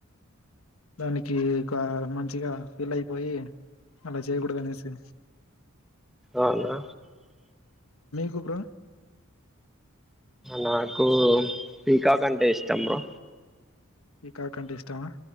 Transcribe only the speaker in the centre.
అవునా
నాకు పీకాక్ అంటే ఇష్టం బ్రో